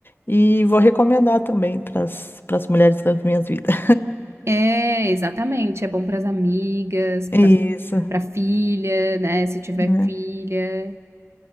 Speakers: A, on the left; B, on the right.
A: e vou recomendar também para as mulheres das minhas vidas.
B: É, exatamente. É bom para as amigas, para
A: <laughs> Isso.
B: para filha, né, se tiver
A: né?
B: filha.